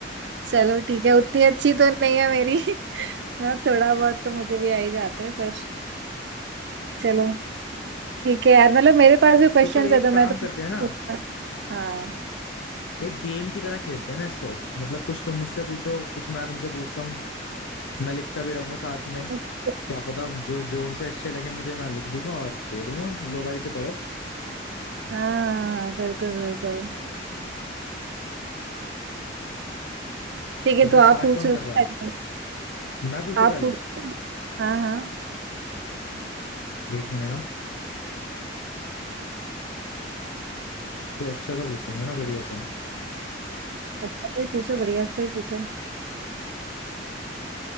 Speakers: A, on the right; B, on the left.
A: चलो ठीक है उतनी अच्छी तो नहीं है मेरी <laughs> हाँ थोड़ा बहुत तो मुझे भी आ ही जाता है पर चलो ठीक है यार मतलब मेरे पास भी क्वेश्चंस
B: तो फिर एक
A: है तो मैं
B: काम
A: तो
B: करते हैं ना
A: हाँ
B: एक गेम की तरह खेलते हैं ना इसको मतलब कुछ तुम मुझसे पूछो कुछ मैं तुमसे पूछता हूँ मैं लिखता भी रहूंगा साथ में
A: बिल्कुल
B: क्या पता जो जो उनसे अच्छे लगे मुझे मैं लिख दूंगा और दे दूंगा लो भाई से पढ़ो
A: हाँ हाँ, बिल्कुल बिल्कुल ठीक है
B: तो फिर
A: तो आप
B: स्टार्ट
A: पूछ
B: कौन
A: रहे
B: कर
A: हो
B: रहा
A: ना
B: है
A: पहले?
B: मैं पूछू
A: आप
B: पहला
A: पूछो हाँ हाँ
B: एक मिनट ना कोई अच्छा सा पूछूंगा ना बढ़िया सा <clears throat>
A: अच्छा से ही पूछो बढ़िया से ही पूछो